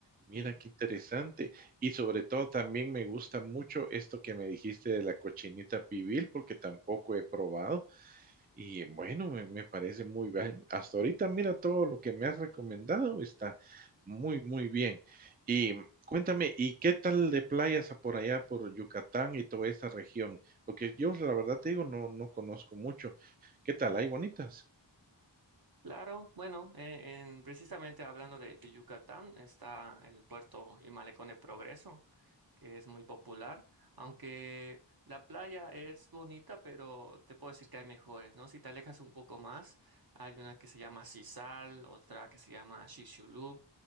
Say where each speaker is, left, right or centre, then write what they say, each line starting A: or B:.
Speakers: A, on the right; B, on the right.
A: Mira
B: Sí,
A: qué interesante. Y sobre todo también me gusta mucho esto que me dijiste de la cochinita pibil, porque tampoco he probado. Y bueno, me, me parece muy bien. Hasta ahorita, mira, todo lo que me has recomendado está muy, muy bien. Y mm, cuéntame, ¿y qué tal de playas por allá, por Yucatán y toda esa región? Porque yo, la verdad te digo, no, no conozco mucho. ¿Qué tal? ¿Hay bonitas?
B: claro. Bueno, eh, en- precisamente hablando de, de Yucatán, está el puerto y malecón de Progreso. que es muy popular, aunque la playa es bonita, pero te puedo decir que hay mejores, ¿no? Si te alejas un poco más, hay una que se llama Sisal, otra que se llama Shishulub,